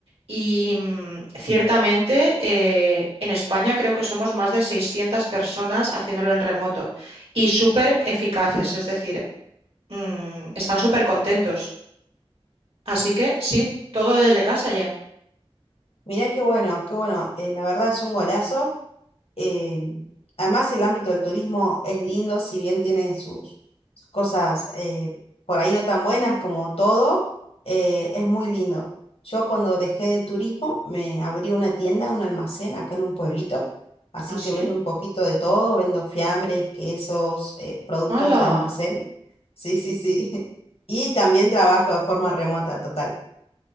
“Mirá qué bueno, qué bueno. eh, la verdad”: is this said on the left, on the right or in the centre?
Left